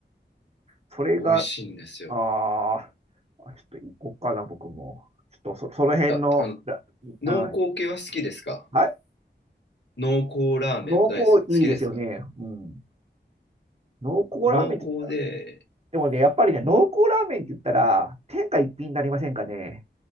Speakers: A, on the right (about 35°); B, on the left (about 70°).
A: それが、
B: 美味しいんですよ。
A: ああ、ちょっと行こうかな、僕も。ちょっとそ、その辺の、
B: あ、あの、
A: だあの
B: 濃厚系は好きですか
A: はい。
B: 濃厚ラーメンは大好き、
A: 濃厚いいですよね。
B: 好きですか
A: うん。濃厚ラーメンって言ったら、
B: 濃厚で、
A: でもね、やっぱりね、濃厚ラーメンって言ったら、天下一品になりませんかね。